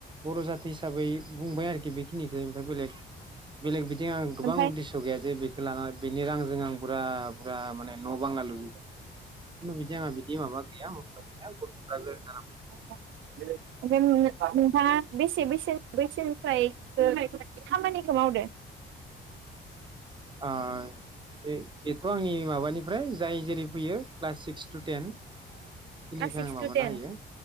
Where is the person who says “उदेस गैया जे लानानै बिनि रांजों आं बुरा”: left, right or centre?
Right